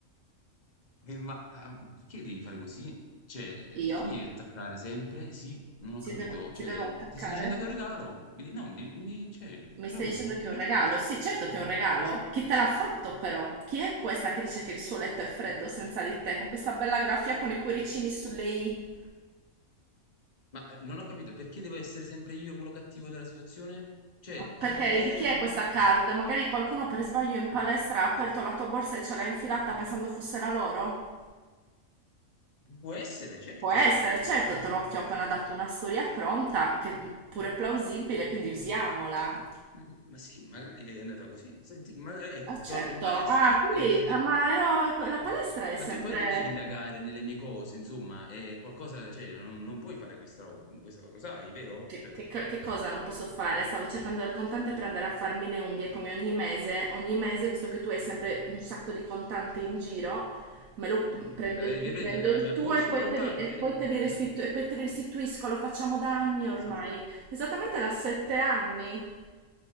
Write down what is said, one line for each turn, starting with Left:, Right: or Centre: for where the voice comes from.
Left: Eh, ma, uhm, perché devi fare così? Cioè, eh,
Right: Io?
Left: perché mi devi attaccare sempre? Sì? Non
Right: Ti
Left: ho capito.
Right: devo, ti
Left: Cioè,
Right: devo attaccare?
Left: ti sto dicendo che è un regalo? Mi di no, mi devi mi devi cioè,
Right: Mi
Left: che
Right: stai
Left: non mi
Right: dicendo
Left: ascolti?
Right: che è
Left: È un
Right: un regalo?
Left: regalo.
Right: Sì, certo che è un regalo.
Left: Sì.
Right: Chi te l'ha fatto però? Chi è questa che dice che il suo letto è freddo senza di te, con questa bella grafia con i cuoricini sulle i?
Left: Ma, ehm, non ho capito, perché devo essere sempre io quello cattivo della situazione? Cioè,
Right: Perché
Left: uhm, ehm,
Right: di chi è questa card? Magari qualcuno per sbaglio in palestra ha aperto la tua borsa e ce l'ha infilata pensando fosse la loro?
Left: può essere, certo,
Right: Può essere,
Left: sì.
Right: certo,
Left: Mh,
Right: te l'ho, ti ho
Left: certo.
Right: appena dato una storia pronta, che pure è plausibile, quindi usiamola.
Left: Mh, ma sì, magari è andata così. Senti, magari ecco,
Right: Ah, certo.
Left: torno in palestra
Right: Ah, quindi,
Left: e
Right: ah,
Left: e
Right: ma ero, la palestra è
Left: Ma
Right: sempre...
Left: tu poi non devi indagare nelle mie cose, insomma, è qualcosa, cioè, non, non puoi fare questa roba, questa cosa, lo sai, vero?
Right: Che,
Left: Cioè,
Right: che co- che cosa non posso fare? Stavo cercando del contante per andare a farmi le unghie come ogni mese. Ogni mese, visto che tu hai sempre un sacco di contante in giro, me lo mm, prendo
Left: eh, la devi
Right: il,
Left: prendere
Right: prendo
Left: dalla
Right: il
Left: mia
Right: tuo
Left: borsa
Right: e poi
Left: il contante.
Right: te li, e poi
Left: Eh,
Right: te li restitu- e poi te li restituisco. Lo facciamo da anni ormai.
Left: sì.
Right: Esattamente da sette anni.